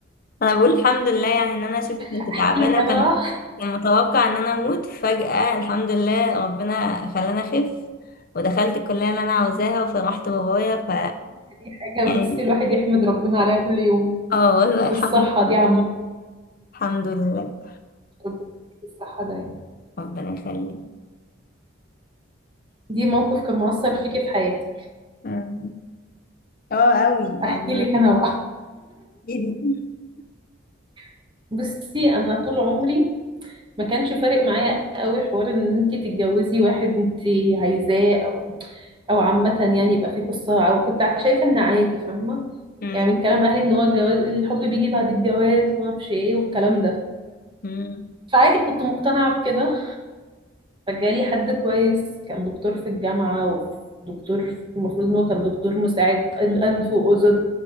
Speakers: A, on the left; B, on the right.
A: انا بقول الحمد لله يعني ان انا شوفي كنت
B: احكي
A: تعبانه
B: لك
A: وكان
B: انا
A: كان متوقع ان انا اموت فجاه الحمد لله ربنا خلاني اخف ودخلت الكليه اللي انا عاوزاها وفرحت بابايا ف
B: <laughs> دي حاجه
A: يعني
B: بصي الواحد يحمد ربنا عليها كل يوم
A: اه والله الحمد
B: الصحه
A: لله
B: دي عامه
A: الحمد لله
B: ربنا يديك الصحه ده يعني.
A: ربنا يخليك
B: دي موقف كان مؤثر فيكي في حياتك
A: أمم. اه قوي
B: احكي
A: يعني
B: لك انا بقى
A: <laughs>
B: <laughs> بصي انا طول عمري ما كانش فارق معايا قوي حوار ان انت تتجوزي واحد انت عايزاه او او عامه يعني يبقى في قصه او كنت شايفه ان عادي فاهمه
A: أمم،
B: يعني من كلام اهلي ان هو الجواز الحب بيجي بعد الجواز وما اعرفش ايه والكلام ده
A: أمم،
B: فعادي كنت مقتنعه بكده فجالي حد كويس كان دكتور في الجامعه ودكتور المفروض ان هو كان دكتور مساعد أن- انف واذن